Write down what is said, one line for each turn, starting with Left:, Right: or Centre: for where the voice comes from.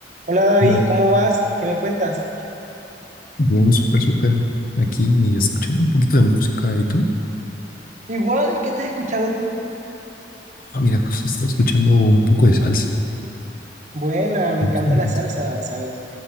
Right: Hola David,
Left: Hola,
Right: ¿cómo vas? ¿Qué me cuentas?
Left: Bien, súper, súper. Aquí escuchando un poquito de música. ¿Y tú?
Right: Igual, ¿qué estás escuchando tú?
Left: Ah, mira, justo estoy escuchando un poco de salsa.
Right: Buena,
Left: <laughs>
Right: me
Left: Me
Right: encanta
Left: gusta la
Right: la
Left: salsa.
Right: salsa, ¿sabes?